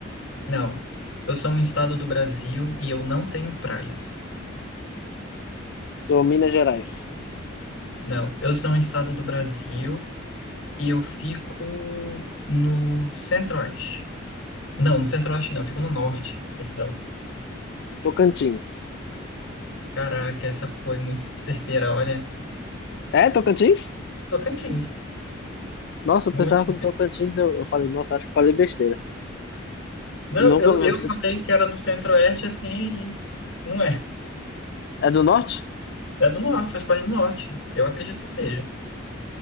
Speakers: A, on the left; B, on the left.
A: Não. Eu sou um estado do Brasil e eu não tenho praias.
B: Sou Minas Gerais.
A: Não. Eu sou um estado do Brasil e eu fico no centro-oeste. Não, no centro-oeste não, eu fico no norte. Perdão.
B: Tocantins.
A: Caraca, essa foi muito certeira, olha.
B: É, Tocantins?
A: Tocantins.
B: Nossa,
A: Muito.
B: eu pensava
A: certeira.
B: que no Tocantins eu, eu falei, nossa, acho que eu falei besteira.
A: Não,
B: Nunca
A: eu,
B: lembro
A: eu
B: se.
A: falei que era do centro-oeste assim e não é.
B: É do norte?
A: É do norte, faz parte do norte. Eu acredito que seja.